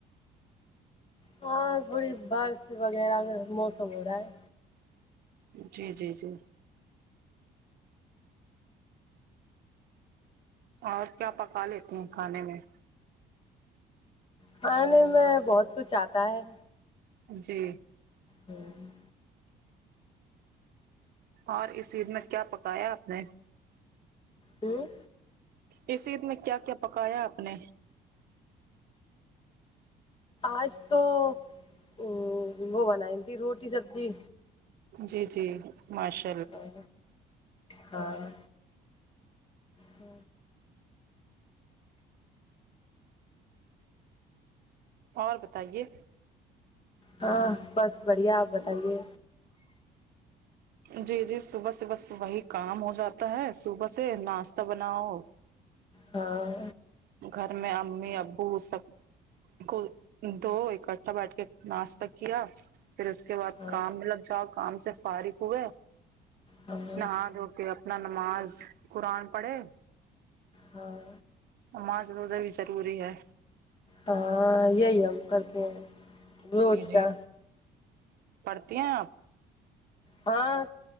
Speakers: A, on the left; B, on the right.
A: ہاں تھوڑی بارش وغیرہ کا موسم ہو رہا ہے
B: جی جی جی اور کیا پکا لیتے ہیں کھانے میں
A: کھانے میں بہت کچھ آتا ہے
B: جی
A: ہوں
B: اور اس عید میں کیا پکایا آپ نے
A: ہوں
B: اس عید میں کیا کیا پکایا آپ نے
A: آج تو ا وہ بنائی تھی روٹی سبزی
B: جی جی ماشا
A: ہاں ہاں ہ
B: اور بتائیے
A: ہاں بس بڑھیا آپ بتائیے
B: جی جی صبح سے بس وہی کام ہو جاتا ہے صبح سے ناشتہ بناؤ
A: ہاں
B: گھر میں امی ابو سب کو دو اکٹھا بیٹ کے ناشتہ کیا پھر اس کے بعد
A: ہاں
B: کام میں لگ جاؤ کام سے فارغ ہو گیا
A: ہاں
B: نہا دھو کے اپنا نماز قرآن پڑھے
A: ہاں
B: ماذ روزہ بھی ضروری ہے
A: ہاں یہی ہم کرتے ہیں روج
B: جی جی
A: کا
B: پڑھتی ہیں آپ
A: ہاں